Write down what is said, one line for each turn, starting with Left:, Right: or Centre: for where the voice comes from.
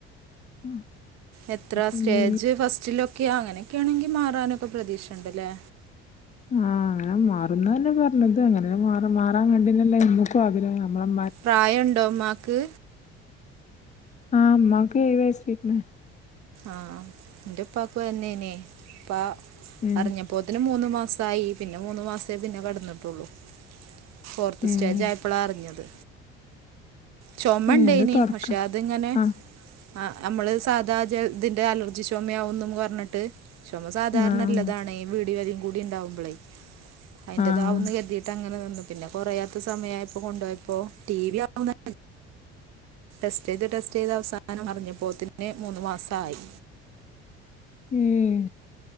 Left: ആഹ്
Right: എത്ര സ്റ്റേജ്
Left: അങ്ങനെ
Right: ഫസ്റ്റിലൊക്കെയ അങ്ങനെയൊക്കെയ ആണെങ്കിൽ മാറാനൊക്കെ പ്രതീക്ഷുണ്ടല്ലേ?
Left: ആഹ് അങ്ങനെ മാറുന്ന തന്നെ പറഞ്ഞത് അങ്ങനെ മാറാൻ കണ്ടില്ലല്ലോ എക്കും ആഗ്രഹം നമ്മളെ
Right: പ്രായണ്ടോ മ്മാക്ക്
Left: ആഹ് ഉമക്ക വയസരിക്കനെ
Right: ആഹ് എൻ്റപ്പക്ക് തന്നേനെ ഇപ്പാ
Left: ഏഹ്
Right: അറിഞ്ഞ ഇപ്പത്തിന് മൂന്നു മാസ ആഹ് പിന്നെ മൂന്ന മാസേ പിന്നെ കിടന്നിട്ടുള്ളൂ- ഫോർത്ത്
Left: ഏഹ്
Right: സ്റ്റേജ് ആയപ്പോളാ അറിഞ്ഞത് ചുമണ്ടേനി
Left: ഏഹ് ഇത് തൊടക്ക
Right: പക്ഷെ അതിങ്ങനെ
Left: ആഹ്
Right: ആഹ് നമ്മള് സാധാ ജ ഇതിന്റെ അലർജി ചക്ഷോമയാവുന്നു പറഞ്ഞിട്ട്- ചുമ സാധാരണയല്ലതാണേ
Left: ആഹ്
Right: വീടും കൂടി ഉണ്ടാവുമ്പോളേ അതിന്റതാവന്ന്
Left: ആഹ്
Right: കരുതിയിട്ട് അങ്ങനെ തന്നു പിന്നെ കൊറയാത്ത സമയയപ്പോ കൊണ്ടു പോോയപ്പോ ടി വി ആവുന്ന ടെസ്റ്റ് ചെയ്ത് ടെസ്റ്റ് ചെയ്ത് അവസാനം അറിഞ്ഞപ്പോത്തിന് മൂന്ന് മാസ ആയി
Left: ഉം